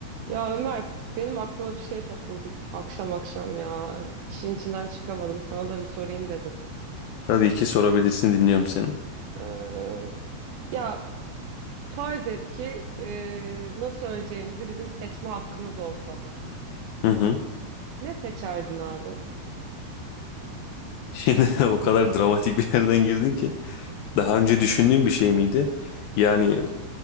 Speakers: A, on the right; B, on the left.
A: Ya Ömer benim aklıma bir şey takıldı akşam akşam ya. İşin içinden çıkamadım. Sana da bir sorayım dedim.
B: Tabii ki sorabilirsin dinliyorum seni.
A: Ee, ya farz et ki e, nasıl öleceğimizi bizim seçme hakkımız olsa.
B: Hı hı.
A: Ne seçerdin abi?
B: Şimdi <laughs> o kadar dramatik bir yerden girdin ki. Daha önce düşündüğün bir şey miydi? Yani